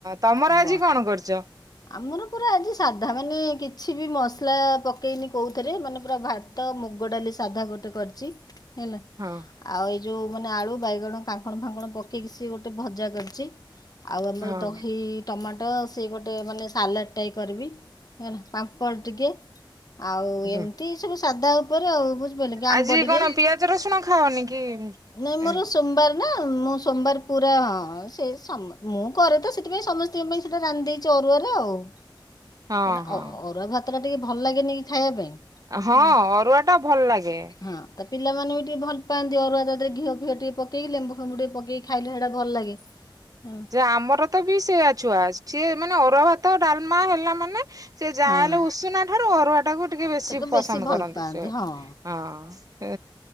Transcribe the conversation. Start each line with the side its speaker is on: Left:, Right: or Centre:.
Right: ତମର
Left: ଆବ
Right: ଆଜି କଣ କରୁଚ?
Left: ଆମର ପୁରା ଆଜି ସାଧା। ମାନେ କିଛି ବି ମସଲା ପକେଇନି କହୁ ଥିରେ ମାନେ ପୁରା ଭାତ ମୁଗ ଡାଲି ସାଧା ଗୋଟେ କରିଛି। ହେଲା
Right: ହଁ
Left: ଆଉ ଏଇ ଯୋଉ ମାନେ ଆଳୁ ବାଇଗଣ କାଙ୍କଣ ଫାଙ୍କଣ ପକେଇକି ସିଏ ଗୋଟେ ଭଜା କରିଛି। ଆଉ ଆମର
Right: ହଁ
Left: ଦହି ଟମାଟୋ ସେ ଗୋଟେ ମାନେ ସାଲାଟ୍। ଏ କରିବି। ହେଲା ପାମ୍ପଡ଼ ଟିକେ ଆଉ
Right: ହୁଁ
Left: ଏମିତି ସବୁ ସାଧା ଉପରେ ଆଉୁ କି ଆମ୍ବ
Right: ଆଜି
Left: ଟିକେ
Right: କଣ ପିଆଜ ରସୁଣ ଖାଅନି କି?
Left: ନାଇ ମୋର
Right: ଏ
Left: ସୋମବାର ନା ମୁଁ ସୋମବାର ପୁରା ହଁ ସେ- ମୁଁ କରେ ତ ସେଥିପାଇଁ ସମସ୍ତିଙ୍କ ପାଇଁ ସେଇଟା ରାନ୍ଧିଦେଇଛି ଅରୁଆରେ ଆଉ। କାଇ
Right: ହଁ
Left: କିନା
Right: ହଁ
Left: ଅରୁଆ ଭାତ। ଭାତ ଟା ଟିକେ ଭଲ ଲାଗେନି କି ଖାଇବା ପାଇଁ।
Right: ହଁ
Left: ହୁଁ
Right: ଅରୁଆ ଟା ଭଲ ଲାଗେ।
Left: ହଁ ତା ପିଲାମାନେ ବି ଟିକେ ଭଲ ପାଆନ୍ତି ଅରୁଆ ସାଥିରେ ଘିଅ ଫିଅ ଟିକେ ପକେଇଲେ ଲେମ୍ବୁ ଫେବୁ ବୁ ଟିକେ ପକଇ ଖାଇଲେ ସେଇଟା ଭଲ ଲାଗେ। ହେଲା
Right: ଯେ ଆମର ତ ବି ସେଇୟା ଛୁଆ ସିଏ ମାନେ ଅରୁଆ ଭାତ ଡାଲମା। ମା ହେଲା ମାନେ। ସେ ଯାହାହଲେ
Left: ହଁ।
Right: ଉଷୁନା ଠାରୁ ଅରୁଆ ଟାକୁ ଟିକେ ବେଶୀ
Left: ତାକୁ
Right: ପସନ୍ଦ
Left: ଭଲ
Right: କରନ୍ତି।
Left: ପାଆନ୍ତି
Right: ସେ
Left: ହଁ।
Right: ହଁ